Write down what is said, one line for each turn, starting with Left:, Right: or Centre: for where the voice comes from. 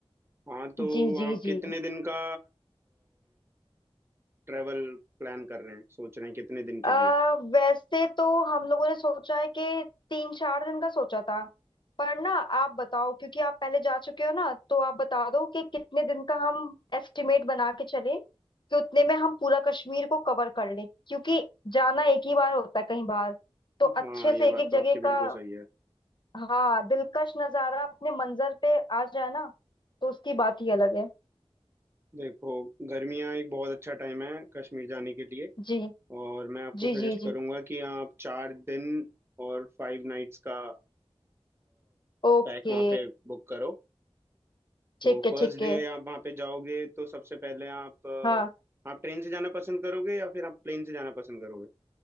Right: हाँ तो
Left: जी
Right: आप
Left: जी जी
Right: कितने दिन का ट्रेवल प्लान कर रहे हैं सोच रहे हैं कितने दिन
Left: आ,
Right: के लिए
Left: वैसे तो हम लोगों ने सोचा है कि तीन चार दिन का सोचा था पर ना आप बताओ क्योंकि आप पहले जा चुके हो ना तो आप बता दो कि कितने दिन का हम एस्टिमेट बना के चले कि उतने में हम पूरा कश्मीर को कवर कर लें क्योंकि जाना एक ही बार होता है कहीं बार तो अच्छे
Right: हाँ
Left: से
Right: ये बात
Left: एक एक
Right: तो
Left: जगह
Right: आपकी बिल्कुल
Left: का
Right: सही है
Left: हाँ दिलकश नज़ारा अपने मंजर पे आ जाए ना तो उसकी बात ही अलग है
Right: देखो गर्मियाँ एक बहुत अच्छा टाइम है कश्मीर जाने के लिए
Left: जी
Right: और मैं आपको
Left: जी
Right: सजेस्ट
Left: जी
Right: करूंगा
Left: जी
Right: कि आप चार दिन और फाइव नाइट्स का
Left: ओके
Right: पैक वहाँ पे बुक करो
Left: ठीक
Right: तो
Left: है
Right: फर्स्ट
Left: ठीक
Right: डे
Left: है
Right: आप वहाँ पे जाओगे तो सबसे पहले आप
Left: हाँ
Right: अ, आप ट्रेन से जाना पसंद करोगे या फिर आप प्लेन से जाना पसंद करोगे